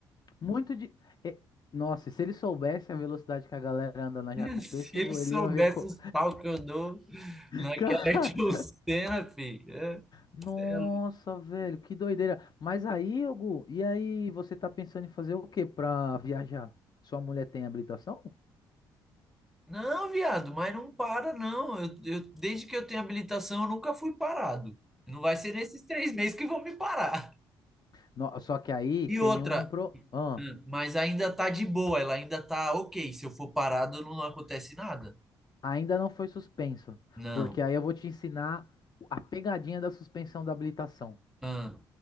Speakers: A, on the left; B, in the centre.
A: Muito de. é, nossa, se ele soubesse a velocidade que a galera anda na
B: <laughs>
A: Jacopé,
B: Se
A: chegou,
B: ele soubesse
A: ele ia ver. Co...
B: os pau que eu dou
A: <laughs>
B: naquela
A: Cara,
B: <laughs> cena, filho. É,
A: Nossa,
B: é
A: velho, que doideira. Mas aí, Hugo, e aí você tá pensando em fazer o que pra viajar? Sua mulher tem habilitação?
B: Não, viado, mas não para, não. Eu, eu- desde que eu tenho habilitação, eu nunca fui parado. Não vai ser nesses três meses que vão me parar.
A: No- só que aí
B: E
A: tem
B: outra,
A: um pro... Ah,
B: hum, mas ainda tá de boa, ela ainda tá ok. Se eu for parado, não acontece nada.
A: ainda não foi suspensa,
B: Não.
A: Porque aí eu vou te ensinar a pegadinha da suspensão da habilitação.
B: Ah,